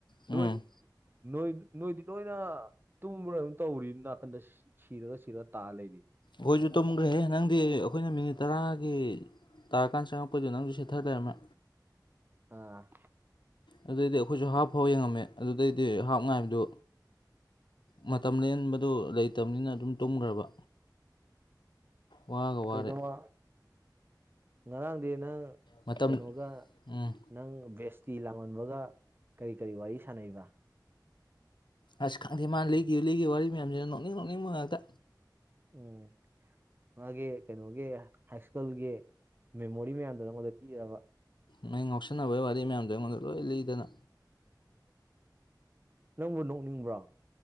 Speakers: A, on the left; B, on the right.
A: ꯎꯝ
B: ꯅꯣꯏ ꯅꯣꯏ ꯅꯣꯏꯗꯤ ꯂꯣꯏꯅ ꯇꯨꯝꯕ꯭ꯔꯥ ꯑꯗꯨꯝ ꯇꯧꯔꯤ ꯅꯥꯀꯟꯗ ꯁꯤꯔꯒ ꯁꯤꯔ ꯇꯥ ꯂꯩꯅꯤ
A: ꯈꯣꯏꯁꯨ ꯇꯝꯈ꯭ꯔꯦꯍꯦ ꯅꯪꯗꯤ ꯑꯩꯈꯣꯏꯅ ꯃꯤꯅꯤꯠ ꯇꯔꯥꯒꯤ ꯇꯥꯔꯀꯥꯟ ꯆꯪꯉꯛꯄꯗꯨꯗ ꯅꯪꯁꯨ ꯁꯦꯠꯊ ꯂꯩꯔꯝꯃꯦ
B: ꯑ
A: ꯑꯗꯨꯗꯩꯗꯤ ꯑꯩꯈꯣꯏꯁꯨ ꯍꯥꯞ ꯐꯥꯎ ꯌꯦꯡꯉꯝꯃꯦ ꯑꯗꯨꯗꯩꯗꯤ ꯍꯥꯞ ꯉꯥꯏꯕꯗꯨ ꯃꯇꯝ ꯂꯦꯟꯕꯗꯨ ꯂꯩꯇꯝꯅꯤꯅ ꯑꯗꯨꯝ ꯇꯨꯝꯒ꯭ꯔꯕ ꯋꯥꯒ ꯋꯥꯔꯦ
B: ꯀꯩꯅꯣꯃ ꯉꯔꯥꯡꯗꯤ ꯅꯪ
A: ꯃꯇꯝ
B: ꯀꯩꯅꯣꯒ
A: ꯎꯝ
B: ꯅꯪ ꯕꯦꯁꯇꯤ ꯂꯥꯡꯑꯣꯟꯕꯒ ꯀꯔꯤ ꯀꯔꯤ ꯋꯥꯔꯤ ꯁꯥꯅꯩꯕ
A: ꯑꯁ ꯈꯪꯗꯦ ꯃꯥꯅ ꯂꯩꯒꯤꯕ ꯂꯩꯒꯤꯕ ꯋꯥꯔꯤ ꯃꯌꯥꯝꯁꯤꯅ ꯅꯣꯛꯅꯤꯡ ꯅꯣꯛꯅꯤꯡꯕ ꯉꯥꯛꯇ
B: ꯎꯝ ꯃꯥꯒꯤ ꯀꯩꯅꯣꯒꯤ ꯍꯥꯏ ꯁ꯭ꯀꯨꯜꯒꯤ ꯃꯦꯃꯣꯔꯤ ꯃꯌꯥꯝꯗꯨ ꯅꯉꯣꯟꯗ ꯄꯤꯔꯤꯔꯕ
A: ꯃꯩ ꯉꯥꯎꯁꯤꯟꯅꯕꯩ ꯋꯥꯔꯤ ꯃꯌꯥꯝꯗꯣ ꯑꯩꯉꯣꯟꯗ ꯂꯣꯏ ꯂꯤꯗꯅ
B: ꯅꯪꯕꯨ ꯅꯣꯛꯅꯤꯡꯕ꯭ꯔꯣ